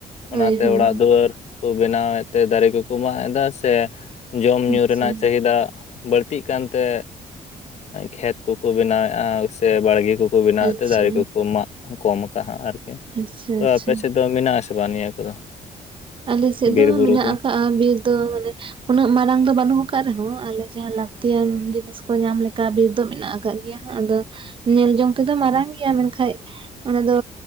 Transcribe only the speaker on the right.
ᱦᱳᱭ
ᱦᱳᱭ
ᱟᱪᱪᱷᱟ
ᱟᱪᱪᱷᱟ
ᱟᱪᱪᱷᱟ
ᱟᱪᱪᱷᱟ
ᱟᱞᱮ ᱥᱮᱫ
ᱫᱚ
ᱢᱮᱱᱟᱜ
ᱟᱠᱟᱜᱼᱟ ᱵᱤᱨ ᱫᱚ, ᱢᱟᱱᱮ ᱩᱱᱟᱹᱜ ᱢᱟᱨᱟᱝ ᱫᱚ ᱵᱟᱹᱱᱩᱜ ᱟᱠᱟᱫ ᱨᱮᱦᱚᱸ ᱟᱞᱮ ᱡᱟᱦᱟᱸ ᱞᱟᱹᱠᱛᱤᱭᱟᱱ ᱡᱤᱱᱤᱥ ᱠᱚ ᱧᱟᱢ ᱞᱮᱠᱟ ᱵᱤᱨ ᱫᱚ ᱢᱮᱱᱟᱜ ᱟᱠᱟ ᱜᱮᱭᱟ ᱦᱟᱸᱜ᱾ᱟᱫᱚ ᱧᱮᱞ ᱡᱚᱝ ᱛᱮᱫᱚ ᱢᱟᱨᱟᱝ ᱜᱮᱭᱟ, ᱢᱮᱱᱠᱷᱟᱡ ᱚᱱᱟ ᱫᱚ